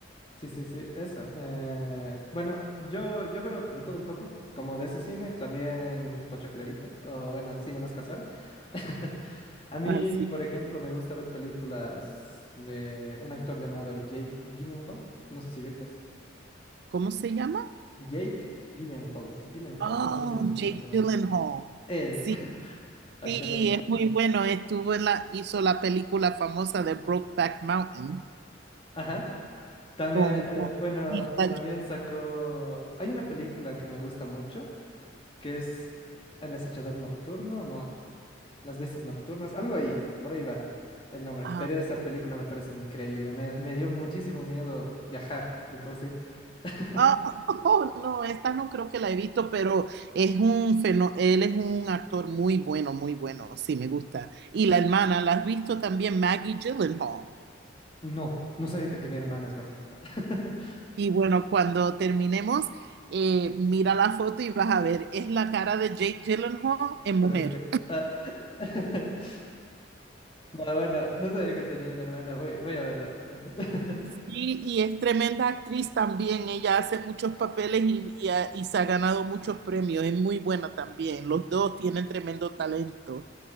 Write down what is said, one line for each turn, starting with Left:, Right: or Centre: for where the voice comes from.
Left: Sí, sí, sí, esa. Eh, bueno, yo, yo veo de todo un poco, como de ese cine, también pochoclerito, o bueno, cine más casual. <laughs> A mí,
Right: Ah, sí.
Left: por ejemplo, me gusta ver películas de un actor llamado Jake Gyllenhaal, no sé si becas.
Right: ¿Cómo se llama?
Left: Jake Gyllenhaal, Gyllenhaal,
Right: Oh,
Left: no sé si lo estoy
Right: Jake
Left: pronunciando
Right: Gyllenhaal.
Left: bien. Él.
Right: Sí,
Left: <laughs> Ay,
Right: sí,
Left: qué raro.
Right: es muy bueno. Estuvo en la, hizo la película famosa de Brokeback Mountain
Left: Ajá. También,
Right: con,
Left: eh,
Right: con
Left: bueno,
Right: Heath Ledger.
Left: también sacó. Hay una película que me gusta mucho, que es El acechador nocturno, ¿no? Las bestias nocturnas, algo ahí, por ahí va el nombre.
Right: Ah,
Left: Pero esa película me parece increíble. Me, me dio muchísimo miedo viajar de por sí. <laughs>
Right: ah, <laughs> oh, no, esta no creo que la he visto, pero es un fenó- él es un actor muy bueno, muy bueno. Sí, me gusta. Y la hermana, ¿la has visto también? Maggie Gyllenhaal.
Left: No, no sabía que tenía hermanas más. <laughs>
Right: Y bueno, cuando terminemos, eh, mira la foto y vas a ver, es la cara de Jake Gyllenhaal en mujer.
Left: Pero mujer. Ah. <laughs> No, bueno, no sabía que tenía una hermana. Voy, voy a verla. <laughs>
Right: Y, y es tremenda actriz también, ella hace muchos papeles y, y ha- y se ha ganado muchos premios, es muy buena también, los dos tienen tremendo talento.